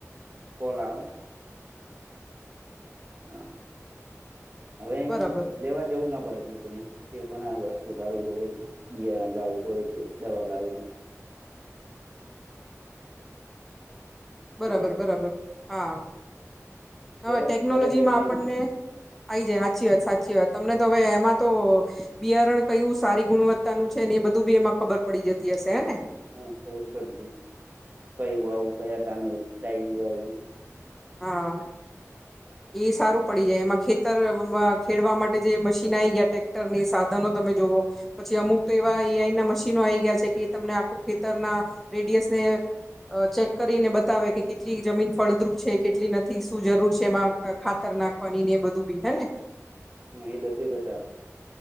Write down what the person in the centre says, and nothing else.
બરાબર
બરાબર
બરાબર હા
હવે ટેકનોલોજીમાં
આપણને
આ આવી સાચી વાત સાચી વાત તો હવે એમાં તો બિયારણ કયું સારી ગુણવત્તાનું છે ને એ બધું બી એમાં ખબર પડી જતી હશે હેને
હા એ સારું પડી જાય એમાં ખેતર ખેડવા માટે જે મશીનઈ ગયા ટ્રેક્ટરની સાધનો તમે જોવઓ પછી અમુક તો એવા એઆઈ ના મશીનો આ આવી ગયા છે કે તમને આખું ખેતરના રેડિયસને અ ચેક કરીને બતાવે કે કેટલી જમીન ફળદ્રુપ છે કેટલી નથી શું જરૂર છે એમાં ખાતર નાખવાની ને એ બધું બી હે ને